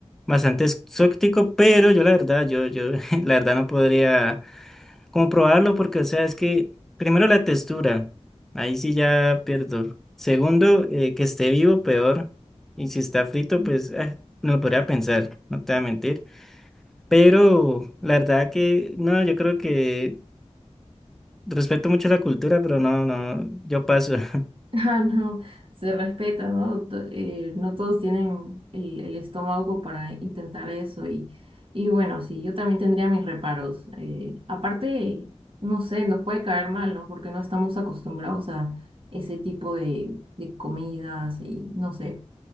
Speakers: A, in the centre; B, on the right (about 50°).
A: bastante exótico, pero yo la verdad, yo, yo <laughs> la verdad no podría como probarlo porque, o sea, es que primero la textura, ahí sí ya pierdo. Segundo, eh, que esté vivo, peor. Y si está frito, pues eh, no lo podría pensar, no te voy a mentir. Pero la verdad que, no, yo creo que respeto mucho la cultura, pero no, no, yo paso. <laughs>
B: Ah, no, se respeta, ¿no? To- eh, no todos tienen el, el estómago para intentar eso y, y bueno, sí, yo también tendría mis reparos. Eh, aparte, no sé, nos puede caer mal, ¿no? Porque no estamos acostumbrados a ese tipo de, de comidas y no sé.